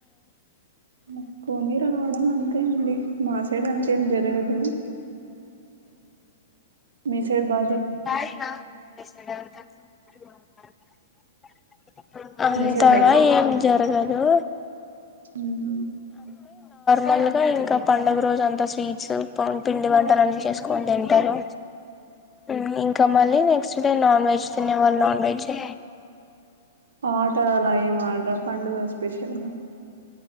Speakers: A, on the right; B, on the left.
A: ముక్కోనీ రావడం అన్ తే అండి మాసైడు అంతెం జరగదు మీ సైడ్ బా
B: కా అంతగా
A: మీ సైడ్
B: ఏం జరగదు
A: మ్మ్ హ్
B: మెల్లిగా ఇంకా పండుగ రోజు అంతా స్వీట్స్ పం పిండి వంటలు అన్నీ చేసుకొని తింటరు మ్మ్ ఇంకా మళ్ళీ నెక్స్ట్ డే నాన్ వెజ్ తినేవాళ్ళు ఉండొచ్చు
A: ఆట అలా ఏం ఆడరా పండుగ స్పెషల్ గా